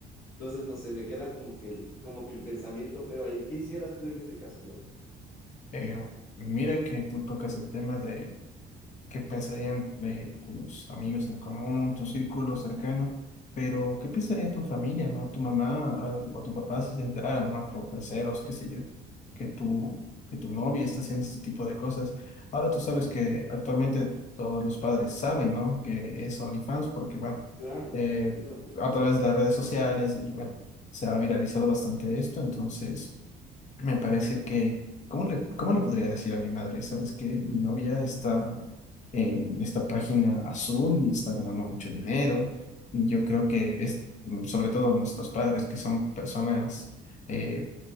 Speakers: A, on the left; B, on the left.
A: Entonces, no sé, me queda como que el, como que el pensamiento feo ahí. ¿Qué hicieras tú en ese caso, igual?
B: Eh, mira que tú tocas el tema de qué pensarían de tus amigos en común, tu círculo cercano, pero qué pensaría tu familia, ¿no? Tu mamá ah, o tu papá si se enteraran, ¿no? Por terceros, qué sé yo, que tu, que tu novia está haciendo este tipo de cosas. Ahora tú sabes
A: Ujú,
B: que actualmente todos los padres saben, ¿no? Que es OnlyFans porque, bueno,
A: Claro,
B: eh,
A: claro, por supuesto.
B: a través de las redes sociales y, bueno, se ha viralizado bastante esto, entonces... Me parece que, ¿cómo le, cómo le podría decir a mi madre? ¿Sabes que Mi novia está en esta página azul y está ganando mucho dinero. Y yo creo que es, mm, sobre todo nuestros padres, que son personas eh,